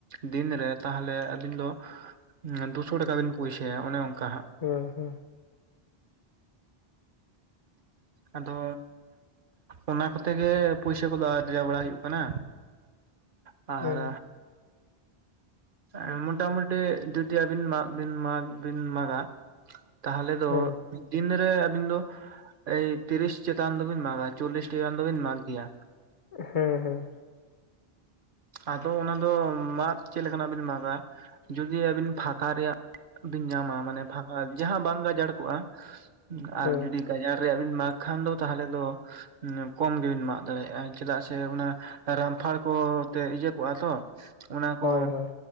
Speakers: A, on the right; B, on the left.
A: ᱫᱤᱱᱨᱮ ᱛᱟᱦᱞᱮ ᱟᱹᱵᱤᱱ ᱫᱚ ᱫᱩᱥᱚ ᱴᱟᱠᱟ ᱵᱤᱱ ᱯᱩᱭᱥᱟᱹᱭᱟ ᱚᱱᱮ ᱚᱱᱠᱟ ᱦᱟᱸᱜ᱾
B: ᱦᱩ ᱦᱩ᱾
A: ᱟᱫᱚ ᱚᱱᱟ ᱠᱚᱛᱮ ᱜᱮ ᱯᱩᱭᱥᱟᱹ ᱠᱚᱫᱚ ᱟᱨᱡᱟ ᱵᱟᱲᱟ ᱦᱩᱭᱩᱜ ᱠᱟᱱᱟ।
B: <inaudible>
A: ᱟᱨ᱾
B: <inaudible>
A: ᱮᱸ ᱢᱚᱴᱟᱢᱩᱴᱤ ᱡᱩᱫᱤ ᱟᱹᱵᱤᱱ ᱢᱟᱜ ᱵᱤᱱ ᱢᱟᱜᱽ ᱵᱤᱱ ᱢᱟᱜᱟ᱾ ᱛᱟᱦᱞᱮ ᱫᱚ
B: ᱦᱮᱸ
A: ᱫᱤᱱ ᱨᱮ ᱟᱹᱵᱤᱱ ᱫᱚ ᱮᱭ ᱛᱤᱨᱤᱥ ᱪᱮᱛᱟᱱ ᱫᱚᱵᱤᱱ ᱢᱟᱜᱟ, ᱪᱚᱞᱞᱤᱥ ᱴᱤ ᱜᱟᱱ ᱫᱚᱵᱤᱱ ᱢᱟᱜᱽ ᱜᱮᱭᱟ।
B: ᱦᱮᱸ ᱦᱮᱸ᱾
A: ᱟᱫᱚ ᱚᱱᱟ ᱫᱚ ᱢᱟᱫᱽ ᱪᱮᱫ ᱞᱮᱠᱟᱱᱟᱜ ᱵᱤᱱ ᱢᱟᱜᱟ, ᱡᱩᱫᱤ ᱟᱵᱤᱱ ᱯᱷᱟᱸᱠᱟ ᱨᱮᱭᱟᱜ᱾ ᱵᱤᱱ ᱧᱟᱢᱟ ᱢᱟᱱᱮ ᱯᱷᱟᱸᱠᱟ ᱡᱟᱸᱦᱟ ᱵᱟᱝ ᱜᱟᱡᱟᱲ ᱠᱚᱜᱼᱟ ᱟᱨ
B: ᱦᱮᱸ
A: ᱡᱩᱫᱤ ᱜᱟᱡᱟᱲ ᱨᱮᱭᱟᱜ ᱵᱤᱱ ᱢᱟᱜᱽ ᱠᱷᱟᱱ ᱫᱚ ᱛᱟᱦᱞᱮ ᱫᱚ ᱠᱚᱢ ᱜᱮᱵᱤᱱ ᱢᱟᱜ ᱫᱟᱲᱮᱭᱟᱜ-ᱟ ᱪᱮᱫᱟᱜ ᱥᱮ ᱚᱱᱟ ᱨᱟᱢᱯᱷᱟᱲ ᱠᱚ ᱛᱮ ᱤᱭᱟᱹ ᱠᱚᱜ-ᱟ ᱛᱚ ᱚᱱᱟ
B: ᱦᱳᱭ
A: ᱠᱚ
B: ᱦᱳᱭ